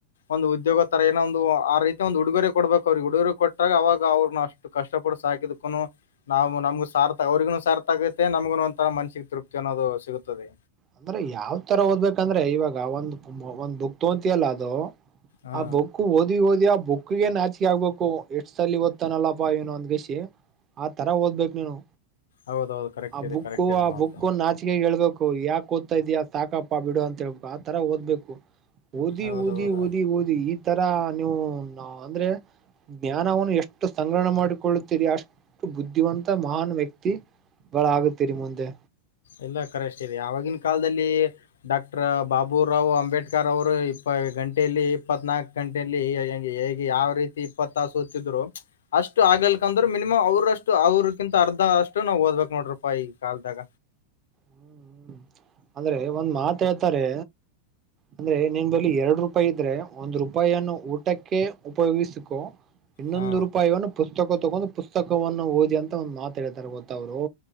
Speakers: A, on the left (about 60°); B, on the right (about 30°).
A: ಒಂದು ಉದ್ಯೋಗ ತರ ಏನೊಂದು ಆ ರೀತಿ ಒಂದು ಉಡುಗೊರೆ ಕೊಡ್ಬೇಕು ಅವ್ರಿಗೆ ಉಡುಗರು ಕೊಟ್ಟಾಗ ಅವರು ಇಾಗ ಅವ್ರನು ಅಷ್ಟು ಕಷ್ಟಪಡ ಸಾಕಿದ್ಕುನು ನಾವು ನಮ್ಗ ಸಾರ್ಥ ಅವ್ರಿಗ ಸಾರ್ಥ ಆಗೈತೆ ನಮಗ ಒರ ಮನಸಿಗೆ ತೃಪ್ತಿ ಅನ್ನೋದು ಸಿಗದೆ
B: ಅಂದ್ರೆ ಯಾವ್ ತರ ಓದ್ಬೇಕಂದ್ರೆ ಇವಾಗ ಒಂದ್ ಒಂದ್ ಬುಕ್ ತಗಂತಿಯಲ್ಲ ಅದು
A: ಹಾ
B: ಆ ಬೊಕು ಓದಿ ದಿ ಬುಕ್ ಗೆ ನಾಚಿಕೆ ಆಗ್ಬೇಕು ಎಷ್ಟು ಸಲ್ಲಿ ಓದ್ತ್ತನಲ್ಲಪ್ಪ ಏನ ಒಂದ್ ಷಿ ಆ ತರ ಓದ್ಬೇಕ ನೀನು
A: ಹೌದೌದು ಕರೆಕ್ಟ್
B: ಆ
A: ಇದೆ
B: ಬುಕ್ಕು
A: ಕರೆಕ್ಟ್ ಇದೆ
B: ಆ
A: ಮಾತು
B: ಬುಕ್ಕು ನಾಚಿಕೆ ಹೇಳ್ಬೇಕು ಯಾಕ ಒತ್ತ ಇದಯ ಸಾಕಪ್ಪ ಬಿಡು ಅಂತ ಹೇಳ್ಬೇಕು ಆತರ ಓದ್ಬೇಕು ಓದಿ
A: ಹೌದೌದು
B: ಓದಿ ಓದಿ ಓದಿ ಈ ತರ ನೀವು ಅಂದ್ರೆ ಜ್ಞಾನವನ್ನು ಎಷ್ಟು ಸಂಗ್ರಹಣ ಮಾಡಿಕೊಳ್ಳುತ್ತೀರಿ ಅಷ್ಟು ಬುದ್ಧಿವಂತ ಮಹಾನ್ ವ್ಯಕ್ತಿ ಬಾಳ ಆಗತ್ತೀರಿ ಮುಂದೆ
A: ಎಲ್ಲ ಕರೆಷ್ಟಿದೆ ಆವಾಗಿನ ಕಾಲದಲ್ಲಿ ಡಾಕ್ಟರ್ ಬಾಬುರಾವ್ ಅಂಬೇಡ್ಕರ್ ಅವರು ಇಪ್ಪ ಗಂಟೆಯಲ್ಲಿ ಇಪ್ಪತ್ನಾಲ್ಕು ಗಂಟೆಯಲ್ಲಿಗೆ ಹೇಗೆ ಯಾವ ರೀತಿ ಇಪ್ಪತ್ತ ಸತಿದ್ರು ಅಷ್ಟು ಆಗಲ್ಕ ಅಂದ್ರೆ ಮಿನಿಮಮ್ ಅವ್ರಷ್ಟು ಅವ್ರಗಿಂತ ಅರ್ಧಷ್ಟ ನಾವು ಓದ್ಬೇಕಕ್ ನೋ್ರ ರೂಪಾಯಿ ಈ ಕಾಲದಾಗ
B: ಹ್ಮ್ ಅಂದ್ರೆ ಒಂದ್ ಮಾತ್ ಹೇಳ್ತಾರೆ ಅಂದ್ರೆ ನಿನ್ ಬಳಿ ಎರಡ್ ರೂಪಾಯಿ ಇದ್ರೆ ಒಂದ್ ರೂಪಾಯಿಯನ್ನು ಊಟಕ್ಕೆ ಉಪಯೋಗಿಸಕು ಇನ್ನೊಂದು
A: ಹಾ
B: ರೂಪಾಯಿಯನ್ನ ಪುಸ್ತಕ ತಕೊಂಡು ಪುಸ್ತಕವನ್ನು ಓದಿ ಅಂತ ಒಂದ್ ಮಾತ ಹೇಳ್ತಾರೆ ಗೊತ್ತವ್ರು